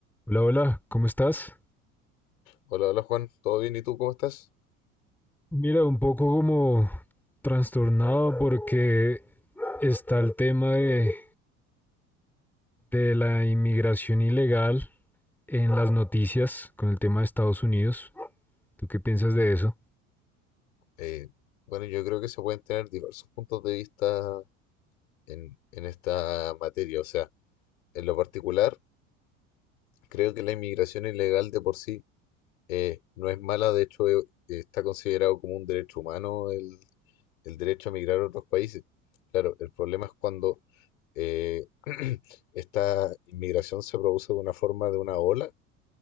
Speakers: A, in the centre; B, on the left.
A: Hola, hola, ¿cómo estás?
B: Hola, hola Juan, ¿todo bien? ¿Y tú cómo estás?
A: Mira, un poco como trastornado porque está el tema de, de la inmigración ilegal en las noticias con el tema de Estados Unidos. ¿Tú qué piensas de eso?
B: Eh, bueno, yo creo que se pueden tener diversos puntos de vista en, en esta materia. O sea, en lo particular, creo que la inmigración ilegal de por sí eh, no es mala. De hecho, eh, está considerado como un derecho humano el, el derecho a migrar a otros países. Claro, el problema es cuando eh, <clears throat> esta inmigración se produce de una forma, de una ola